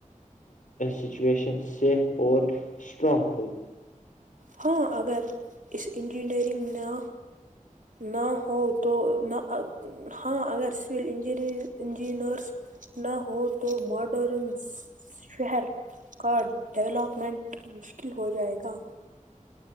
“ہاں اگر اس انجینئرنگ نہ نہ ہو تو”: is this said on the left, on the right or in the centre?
Right